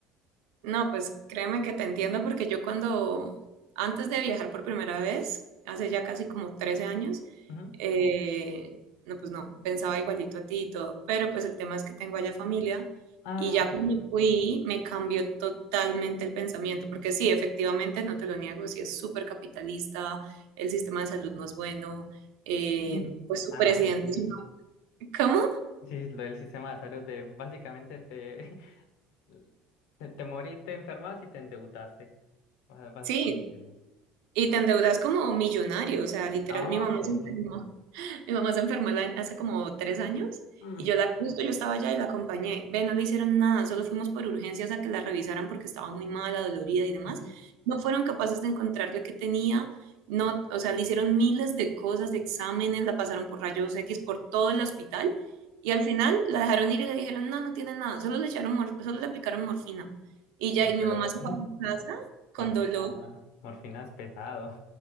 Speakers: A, on the right; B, on the left.
A: No, pues créeme que te entiendo porque yo cuando, antes de viajar por primera vez, hace ya casi como 13 años,
B: Ujú.
A: eh, no, pues no, pensaba igualito a ti y todo, pero pues el tema es que tengo allá familia
B: Ah,
A: y ya
B: ok.
A: cuando fui me cambió totalmente el pensamiento, porque sí, efectivamente, no te lo niego, sí es súper capitalista, el sistema de salud no es bueno, eh,
B: <laughs>
A: pues su
B: Ah,
A: presidente
B: dale, sí.
A: es una... ¿Cómo?
B: Sí, lo del sistema de salud de básicamente te, <laughs> te, te morís, te enfermas y te endeudaste. O sea, vas-
A: Sí,
B: Sí.
A: y te endeudas como millonario, o sea, literal,
B: Ah,
A: mi mamá
B: sí.
A: se enfermó. Mi mamá se enfermó el año- hace como tres años
B: Mm,
A: y yo la, justo yo estaba allá y la acompañé. Ve, no le hicieron nada, solo fuimos por urgencias a que la revisaran porque estaba muy mala, dolorida y demás.
B: ujú.
A: No fueron capaces de encontrarle qué tenía, no, o sea, le hicieron miles de cosas, de exámenes, la pasaron por rayos X por todo el hospital y al final la dejaron ir y le dijeron, no, no tiene nada, solo le echaron, mor- solo le aplicaron morfina. Y
B: Uy,
A: ya, y mi
B: pero
A: mamá se fue a la casa
B: <laughs>
A: con
B: morfina,
A: dolor
B: morfina es pesado.